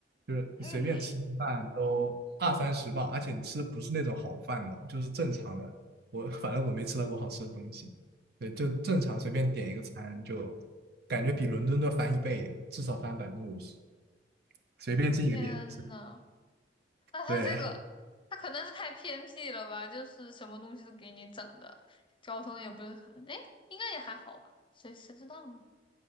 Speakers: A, on the right (about 60°); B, on the left (about 30°).
A: 就是你随便吃顿饭都二三十磅，
B: <laughs> 嗯，
A: 而且你吃的不是那种好饭哦，就是正常的。我反正我没吃到过好吃的东西，对，就正常随便点一个餐，就感觉比伦敦都翻一倍，至少翻百分之五十，随便进一个店，
B: 天呐，那他这个他可能是太偏僻了吧，
A: 对，
B: 就是什么东西都给你整的，交通也不是很，哎，应该也还好吧，谁谁知道呢？